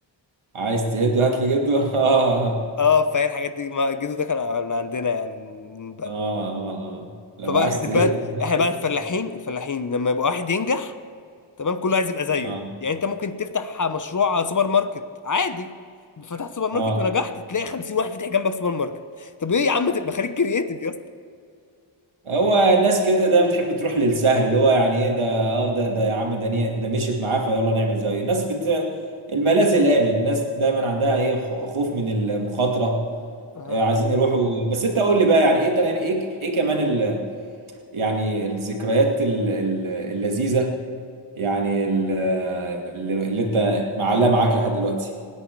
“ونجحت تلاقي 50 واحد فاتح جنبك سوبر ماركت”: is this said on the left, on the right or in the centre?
Left